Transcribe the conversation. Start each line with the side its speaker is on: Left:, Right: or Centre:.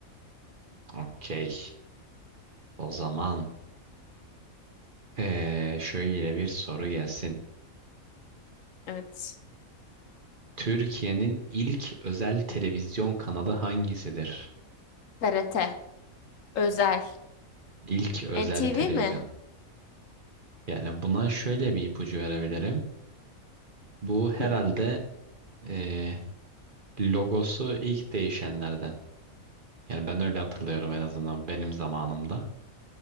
Right: Okey. O zaman eee, şöyle bir soru gelsin.
Left: Evet.
Right: Türkiye'nin ilk özel televizyon kanalı hangisidir?
Left: TRT. Özel.
Right: İlk özel
Left: NTV
Right: televizyon.
Left: mi?
Right: Yani buna şöyle bir ipucu verebilirim. Bu herhalde
Left: Hı.
Right: eee, logosu ilk değişenlerden. Yani ben öyle hatırlıyorum en azından benim zamanımda.